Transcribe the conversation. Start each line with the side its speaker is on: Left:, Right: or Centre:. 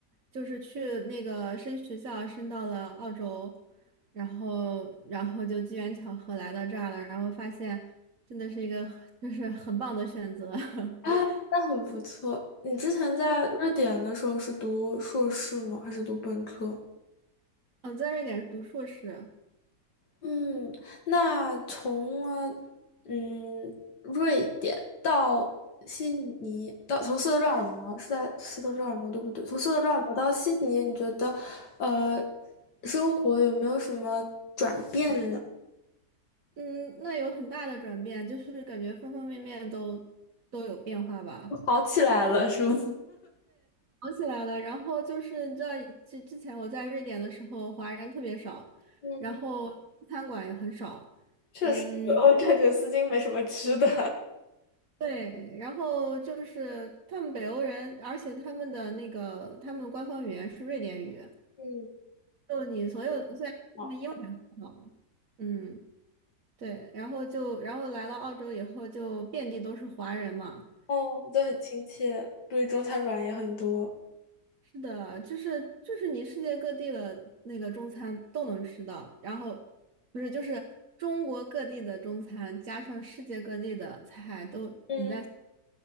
Right: 就是去那个升学校，升到了澳洲，然后然后就机缘巧合来到这儿了，然后发现真的是一个很 <laughs> 就是很棒的选择。<laughs>
Left: 啊，那很不错。你之前在瑞典的时候是读硕士吗？还是读本科？
Right: 嗯，在瑞典读硕士，
Left: 嗯，那从呃嗯瑞典到悉尼，到从斯德哥尔摩是在斯德哥尔摩对不对？从斯德哥尔摩到悉尼，你觉得呃生活有没有什么转变呢？
Right: 嗯，那有很大的转变，就是感觉方方面面都都有变化吧。
Left: <laughs> 好起来了是吗？
Right: 想起来了，然后就是你知道，之之前我在瑞典的时候，华人特别少，
Left: <laughs> 嗯，
Right: 然后餐馆也很少，
Left: 确实，
Right: 嗯，
Left: 我感觉丝巾没什么吃的，
Right: 对，然后就是他们北欧人，而且他们的那个他们官方语言是瑞典语，
Left: <laughs> 嗯，
Right: 就你所有的虽然他们英语很好，
Left: 好
Right: 嗯，对，然后就然后来了澳洲以后，就遍地都是华人嘛。
Left: 哦，都很亲切，注意中餐馆也很多。
Right: 是的，就是就是你世界各地的那个中餐都能吃到，然后不是就是中国各地的中餐加上世界各地的菜都，
Left: 嗯
Right: 嗯